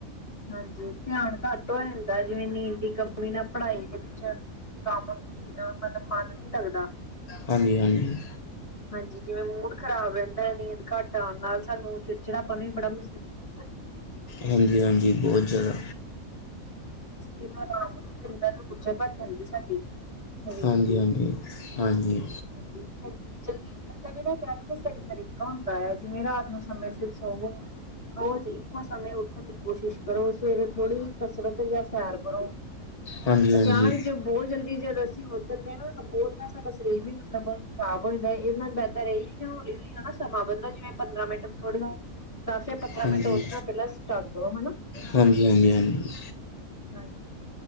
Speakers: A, on the left; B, on the left.
A: ਹਾਂਜੀ ਧਿਆਨ ਘੱਟ ਹੋ ਜਾਂਦਾ ਜਿਵੇਂ ਨੀਂਦ ਦੀ ਕਮੀ ਨਾ ਪੜ੍ਹਾਈ ਦੇ ਵਿੱਚ ਕੰਮ ਵੀ ਮਤਲਬ ਮਨ ਨੀ ਲੱਗਦਾ।
B: ਹਾਂਜੀ-ਹਾਂਜੀ।
A: ਹਾਂਜੀ ਜਿਵੇਂ ਮੂਡ ਖ਼ਰਾਬ ਰਹਿੰਦਾ ਹੈ ਨੀਂਦ ਘੱਟ ਆਉਣ ਨਾਲ ਸਾਨੂੰ ਚਿੜਚਿੜਾ ਪਨ ਵੀ ਬੜਾ ਮਹਿਸੂਸ ਹੁੰਦਾ। ਹਨਾ
B: ਹਾਂਜੀ-ਹਾਂਜੀ ਬਹੁਤ ਜ਼ਿਆਦਾ।
A: ਇੱਕ ਸਰੀਰ ਨੂੰ ਆਰਾਮ ਨੀ ਮਿਲਦਾ ਤੇ ਗੁਛੇ ਭੱਟ ਜਾਂਦੀ ਸਾਡੀ। ਸਰੀਰ
B: ਹਾਂਜੀ-ਹਾਂਜੀ,
A: ਦੀ
B: ਹਾਂਜੀ।
A: ਹਾਂਜੀ <unintelligible> ਜਲਦੀ ਉੱਠਣ ਦਾ ਵੀ ਨਾਂ ਕੋਈ ਸਹੀ ਤਰੀਕਾ ਹੁੰਦਾ ਹੈ ਜਿਵੇਂ ਰਾਤ ਨੂੰ ਸਮੇਂ ਸਿਰ ਸੋਵੋ। ਹੋਰ ਜੀ ਇੱਕੋ ਸਮੇਂ ਉੱਠਣ ਦੀ ਕੋਸ਼ਿਸ਼ ਕਰੋ ਸਵੇਰੇ ਥੋੜ੍ਹੀ ਕਸਰਤ ਜਾਂ ਸੈਰ ਕਰੋ।
B: ਹਾਂਜੀ
A: ਅਚਾਨਕ
B: ਹਾਂਜੀ
A: ਜੋ ਬਹੁਤ ਜਲਦੀ ਜਦ ਅਸੀਂ ਉੱਠਦੇ ਹਾਂ ਨਾ ਉਹਦੇ ਨਾਲ ਸਾਡਾ ਸਰੀਰ ਵੀ ਮਤਲਬ ਖਰਾਬ ਹੋ ਜਾਂਦਾ ਇਹਦੇ ਨਾਲ ਬਿਹਤਰ ਇਹ ਹੀ ਕਿ ਹੌਲੀ-ਹੌਲੀ ਹਨਾ ਸਮਾਂ ਬਦਲੋ ਜਿਵੇਂ ਪੰਦਰਾਂ ਮਿੰਟ ਥੋੜਾ ਦਸ ਜਾਂ ਪੰਦਰਾਂ
B: ਹਾਂਜੀ
A: ਮਿੰਟ ਉੱਠਣਾ ਪਹਿਲਾਂ ਸਟਾਰਟ ਕਰੋ ਹਨਾ।
B: ਹਾਂਜੀ ਹਾਂਜੀ ਹਾਂਜੀ।
A: ਹਾਂਜੀ,